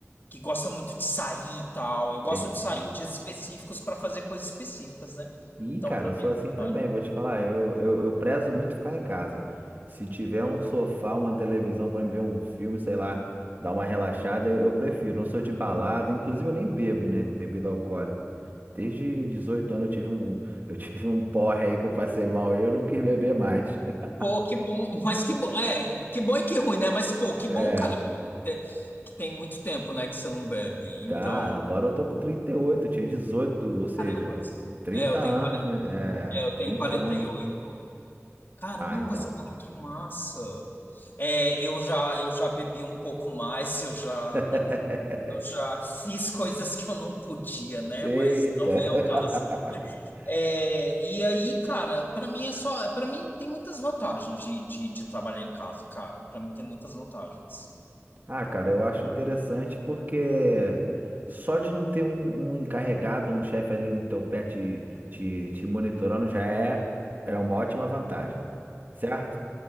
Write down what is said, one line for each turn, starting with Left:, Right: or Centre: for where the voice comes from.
Left: que gosta muito de sair e tal. Eu gosto
Right: Entendi.
Left: de sair em dias específicos para fazer coisas específicas, né?
Right: Ih,
Left: Então,
Right: cara,
Left: para
Right: eu sou
Left: mim, é
Right: assim também,
Left: vantagem.
Right: vou te falar. Eu, eu, eu prezo muito ficar em casa. Se tiver um sofá, uma televisão pra me ver um filme, sei lá, dar uma relaxada, eu, eu prefiro. Não sou de balada, inclusive eu nem bebo, né? Bebida alcoólica. Desde 18 anos eu tive um, eu <laughs> tive um porre aí que eu passei mal e eu não quis beber mais. <laughs>
Left: pô, que bom, <laughs> mas que bom, é, que bom e que ruim, né? Mas, pô, que
Right: É.
Left: bom, cara, que, que tem muito tempo, né, que você não bebe.
Right: Tá,
Left: Então,
Right: agora eu tô com 38, tinha 18 ou seja,
Left: caramba,
Right: 30
Left: é, eu
Right: anos,
Left: tenho 40,
Right: né?
Left: é,
Right: É,
Left: eu
Right: 20
Left: tenho quarenta
Right: anos.
Left: e oito Caramba,
Right: Ah, então.
Left: cara, que massa. É, eu já, eu já bebi um pouco mais, <laughs> eu já.
Right: <laughs>
Left: Eu já fiz coisas que eu não podia, né?
Right: Eita!
Left: Mas não é o caso.
Right: <laughs>
Left: É, e aí, cara, pra mim é só, para mim tem muitas vantagens de, de, de trabalhar em casa, cara. Pra mim tem muitas vantagens.
Right: Ah, cara, eu acho interessante porque só de não ter um, um encarregado, um chefe ali no teu pé te, te, te monitorando já é, é uma ótima vantagem, certo?